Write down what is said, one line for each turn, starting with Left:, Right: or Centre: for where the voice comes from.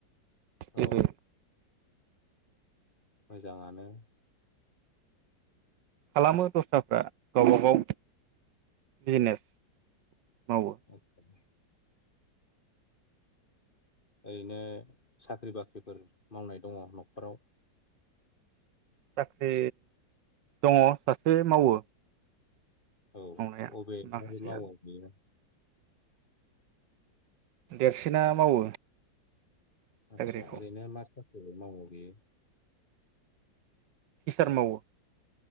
Left: औ।
Right: जेबो
Left: मोजाङानो
Right: खालामो दस्राफ्रा गावबा गाव बिजनेस मावो
Left: आतसा। ओरैनो साख्रि बाख्रिफोर मावनाय दङ न'खराव?
Right: साख्रि दङ सासे मावो।
Left: औ
Right: मावनाया
Left: अबे
Right: माखासेया
Left: हाय मावो बेयो?
Right: देरसिना मावो। साख्रिखौ
Left: आदसा ओरैनो मा <unintelligible>
Right: टिसार मावो